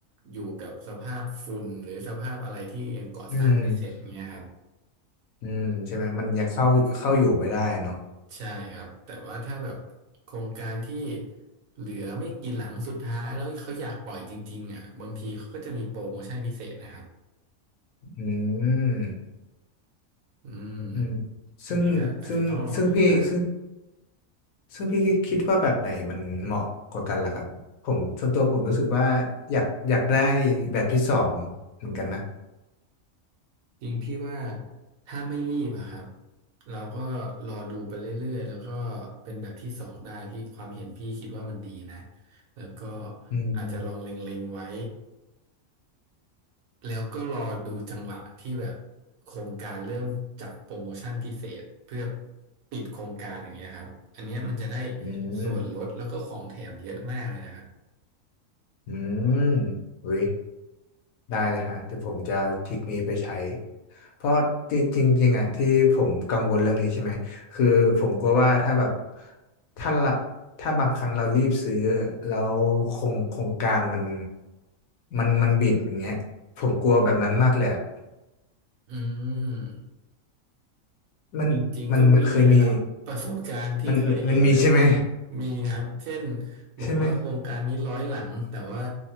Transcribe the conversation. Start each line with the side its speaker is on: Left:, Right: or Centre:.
Right: อยู่กับสภาพฝุ่นหรือสภาพอะไรที่ยังก่อสร้างไม่เสร็จเงี้ยครับ
Left: อืมอืมใช่ไหม มันยังเข้าเข้าอยู่ไม่ได้เนาะ
Right: ใช่ครับแต่ว่าถ้าแบบโครงการที่เหลือไม่กี่หลังสุดท้ายแล้วเขาอยากปล่อยจริงๆอ่ะบางทีเขาก็จะมีโปรโมชั่นพิเศษนะครับ
Left: อืม
Right: อืม
Left: อืมซึ่งซึ่งซึ่งพี่ซึ่ง
Right: อันนี้ก็อาจจะต้องรอติดตาม
Left: ซึ่งพี่คิดว่าแบบไหนมันเหมาะกว่ากันล่ะครับผมส่วนตัวผมรู้สึกว่าอยากอยากได้แบบที่สองเหมือนกันนะ
Right: จริงพี่ว่าถ้าไม่รีบอะครับเราก็รอดูไปเรื่อยๆแล้วก็เป็นแบบที่สองได้พี่ความเห็นพี่คิดว่ามันดีนะแล้วก็
Left: อืม
Right: อาจจะลองเล็งๆไว้ แล้วก็รอดูจังหวะที่แบบโครงการเริ่มจัดโปรโมชั่นพิเศษเพื่อปิดโครงการอย่างเงี้ยครับอันเนี้ยมันจะได้
Left: อืม
Right: ส่วนลดแล้วก็ของแถมเยอะมากเลยนะครับ
Left: อืมอุ้ย ได้เลยฮะเดี๋ยวผมจะเอาทริคนี้ไปใช้เพราะจริงจริงๆอ่ะที่ผมกังวลเรื่องนี้ใช่ไหมคือผมกลัวว่าถ้าแบบถ้าละถ้าบางครั้งเรารีบซื้อแล้วโครงโครงการมันมันมันบิดอย่างเงี้ยผมกลัวแบบนั้นมากเลยอะ
Right: อืม
Left: <laughs> มันมันมันเคยมี
Right: จริงๆก็มีนะครับประสบการณ์ที่เคยเห็นน่ะ
Left: มันมันมีใช่ไหม
Right: มีครับเช่นบอกว่าโครงการนี้ร้อยหลังแต่ว่า
Left: ใช่ไหม